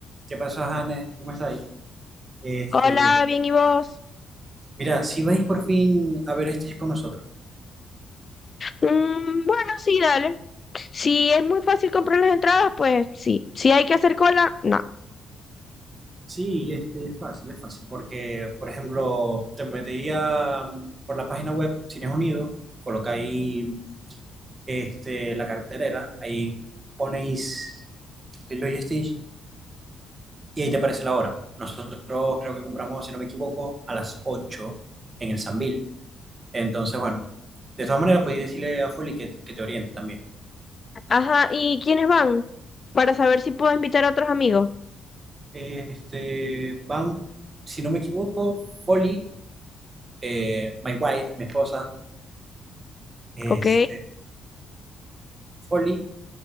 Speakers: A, on the right; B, on the left.
A: ¿Qué pasó, Hannes? ¿Cómo está ahí? Este,
B: Hola, bien, ¿y vos?
A: mira, si vais por fin a ver este con nosotros,
B: Mm, bueno, sí, dale. Si es muy fácil comprar las entradas, pues sí. Si hay que hacer cola, no.
A: Sí, este es fácil, es fácil. porque, por ejemplo, te metería mm, por la página web Cines Unidos, colocáis este, la cartelera, ahí ponéis Lilo y Stitch y ahí te aparece la hora. Nosotros creo que compramos, si no me equivoco, a las 8 en el Sambil. Entonces, bueno, de todas maneras podéis decirle a Folly que, que te oriente también.
B: Ajá, ¿y quiénes van? Para saber si puedo invitar a otros amigos,
A: Este, van, si no me equivoco, Folly, eh, my wife, mi esposa, este,
B: ¿ok?
A: Folly,